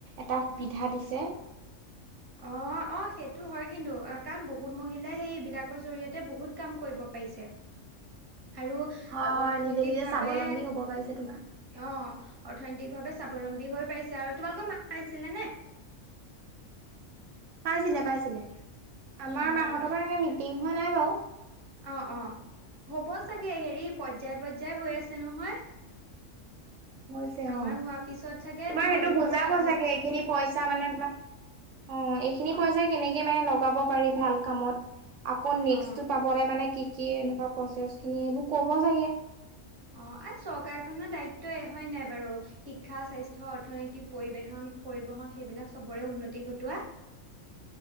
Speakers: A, on the right; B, on the right.
A: এটা সুবিধা দিছে।
B: অ'। অ, সেইটো হয় কিন্তু। কাৰণ বহুত মহিলাই সেইবিলাকৰ জৰি়য়তে বহুত কাম কৰিব পাৰিছে। আৰু
A: হয় -হয়
B: অৰ্থনৈতিকভাৱে
A: নিজে- নিজে স্বাৱলম্বী হ'ব পাৰিছে তোমাৰ।
B: অ', অৰ্থনৈতিক ভাৱে স্বাৱলম্বী হৈ পাইছে। আৰু তোমালোকৰ মা পিছিলে নে?
A: পাইছিলে পাইছিলে। আমাৰ
B: অ',
A: মাহঁতৰ পৰা এনেক মিটিং হোৱা নাই বাৰু।
B: অ', অ, হ'ব চাগে। হেৰি পৰ্যায়- পৰ্যায় হৈ আছে নহয়।
A: হৈছে
B: আমাৰ
A: অ।
B: হোৱাৰ পিছত চাগে
A: তোমাৰ
B: তোমালোকৰ
A: সেইটো বুজাব
B: গাঁৱলে
A: চাগে এইখিনি পইচা মানে তোমাৰ অ, এইখিনি
B: অ',
A: পইচা কেনেকে মানে লগাব পাৰি ভাল কামত। আকৌ নেক্সটটো
B: অ',
A: পাবৰে মানে কি কি? এনেকুৱা প্ৰচেছ খিনি সেইবোৰ ক'ব চাগে।
B: অ, চৰকাৰখনৰ দায়িত্বই হয় নাই বাৰু? শিক্ষা, স্বাস্থ্য, অৰ্থনীতি, পৰিবহন- পৰিবহন সেইবিলাক চবৰে উন্নতি ঘটোৱা।